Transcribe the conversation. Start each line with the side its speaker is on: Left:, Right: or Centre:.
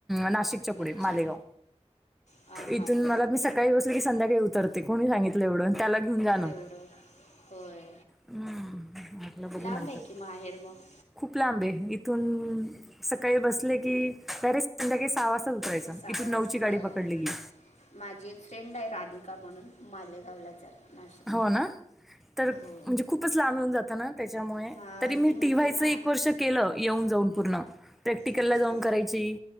Centre: नाशिक. च्या पुढे
Left: अच्छा
Centre: मालेगाव
Left: हां
Centre: इथून
Left: हां
Centre: मी मला सकाळी बसले की संध्याकाळी तर ते कोणी सांगितलं एवढं त्याला घेऊन जाणं.
Left: एवढं होय
Centre: हम् म्हटले बघू
Left: लांब
Centre: नंतर
Left: आहे की माहेर मग
Centre: खूप लांबे ये. इथून सकाळी बसले की डायरेक्ट संध्याकाळी सहा वाजताच उतर उतरायचं
Left: सहा
Centre: इथून
Left: वाजता
Centre: नऊची गाडी
Left: होय
Centre: पकडली की,
Left: माझी एक फ्रेंड आहे राधिका म्हणून मालेगावला आहे. नाशिकला
Centre: हो ना. तर
Left: हो
Centre: म्हणजे खूपच लांब येऊन जात ना त्याच्यामुळे
Left: हां
Centre: तरी मी
Left: ती म्हणते
Centre: टी वाय चं
Left: ना
Centre: एक वर्ष केलं येऊन जाऊन पूर्ण प्रॅक्टिकलला
Left: अच्छा
Centre: जाऊन करायची